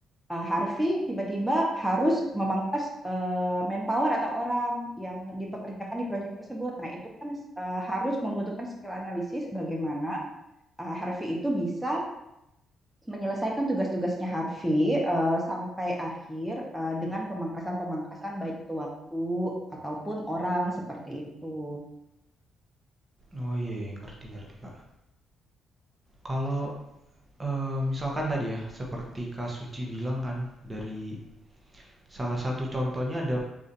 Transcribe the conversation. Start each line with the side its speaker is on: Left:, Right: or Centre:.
Centre: eh, Harvey tiba-tiba harus memangkas eh, manpower atau orang yang dipekerjakan di proyek tersebut. Nah, itu kan eh, harus membutuhkan skill analisis bagaimana eh, Harvey itu bisa menyelesaikan tugas-tugasnya Harvey eh, sampai akhir eh, dengan pemangkasan-pemangkasan baik itu waktu ataupun orang seperti itu.
Right: Oh iya, iya, ngerti ngerti Kak. Kalau eh, misalkan tadi ya seperti Kak Suci bilang kan dari salah satu contohnya ada